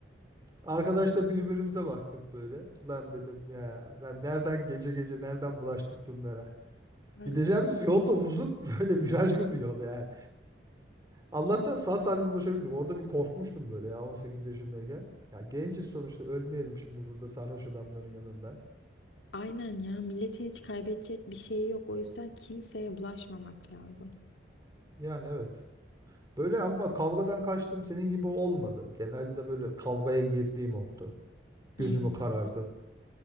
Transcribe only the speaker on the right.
Arkadaşla birbirimize baktık böyle. Lan dedim ya lan nereden gece gece nereden bulaştık bunlara.
Gideceğimiz yol da uzun <laughs> böyle virajlı bir yol yani. Allah'tan sağ salim ulaşabildik. Orada bir korkmuştum böyle ya 18 yaşındayken. Ya genciz sonuçta ölmeyelim şimdi burada sarhoş adamların yanında.
Yani evet. Böyle ama kavgadan kaçtım senin gibi olmadı. Genelde böyle kavgaya girdiğim oldu. Gözümü
karartıp.